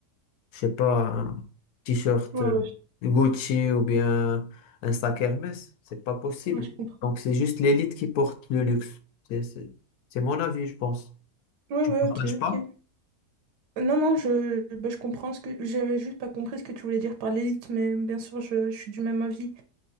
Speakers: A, on the left; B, on the right.
A: je sais pas, un t-shirt
B: Ouais,
A: euh,
B: ouais,
A: Gucci ou bien un sac Hermès. C'est pas possible.
B: je ouais, je comprends.
A: Donc, c'est juste l'élite qui porte le luxe. C'est c'est- c'est mon avis, je pense.
B: Ouais,
A: Tu
B: ouais,
A: ne
B: ok,
A: partages pas?
B: ok. Non, non, je, bah, je comprends ce que j'avais juste pas compris ce que tu voulais dire par l'élite, mais bien sûr, je, je suis du même avis.